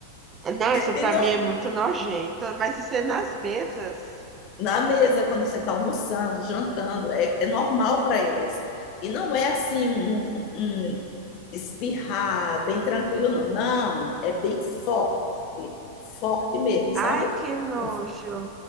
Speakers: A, on the right; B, on the left.
A: Não, isso pra
B: E não-
A: mim é muito nojento. Mas isso é nas mesas.
B: na mesa quando você está almoçando, jantando, é, é normal para eles. E não é assim um, um espirrar, bem tranquilo, não. Não, é bem forte, forte mesmo, sabe?
A: Ai, que nojo.
B: Então,